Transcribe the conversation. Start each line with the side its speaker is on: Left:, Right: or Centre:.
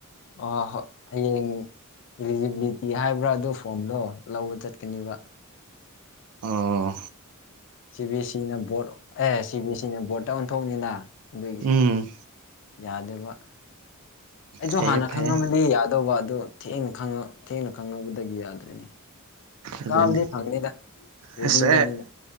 Left: ꯑꯣ ꯍꯣ ꯍꯌꯦꯡ ꯏꯂꯤꯖꯤꯕꯤꯂꯤꯇꯤ ꯍꯥꯏꯕ꯭ꯔꯥ ꯑꯗꯨ ꯐꯣꯝꯗꯣ ꯂꯧꯕ ꯆꯠꯀꯅꯤꯕ
Right: ꯑꯣ
Left: ꯁꯤ ꯕꯤ ꯌꯦ ꯁꯤꯅ ꯕꯣꯔꯠ ꯑꯦ ꯁꯤ ꯕꯤ ꯌꯦ ꯁꯤꯅ ꯕꯣꯔꯠꯇ ꯑꯣꯟꯊꯣꯛꯅꯤꯅ ꯑꯗꯨꯒꯤ
Right: ꯎꯝ
Left: ꯌꯥꯗꯦꯕ ꯑꯩꯖꯨ
Right: ꯐꯩꯌꯦ
Left: ꯍꯥꯟꯅ
Right: ꯐꯩꯌꯦ
Left: ꯈꯪꯉꯝꯕꯗꯤ ꯌꯥꯗꯧꯕ ꯑꯗꯨ ꯊꯦꯡꯅ ꯈꯪꯉ ꯊꯦꯡꯅ ꯈꯪꯉꯛꯕꯗꯒꯤ ꯌꯥ ꯗꯔ꯭ꯤꯅꯦ
Right: ꯑꯗꯨꯅꯤ
Left: ꯀꯥꯕꯗꯤ ꯐꯪꯅꯤꯗ ꯔꯦꯗꯤꯗꯅꯤꯗ
Right: ꯑꯁ